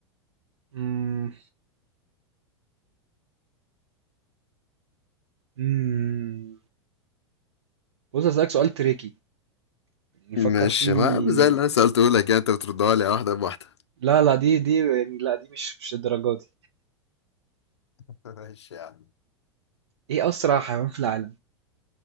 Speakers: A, on the right; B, on the left.
A: مم. مم. بص هسألك سؤال تريكي يعني فكر
B: ماشي
A: فيه
B: ما زي اللي انا سألته لك يعني انت بتردها لي على واحدة بواحدة
A: لا لا دي دي يعني لا دي مش مش الدرجة دي
B: <laughs> ماشي يا عم
A: ايه اسرع حيوان في العالم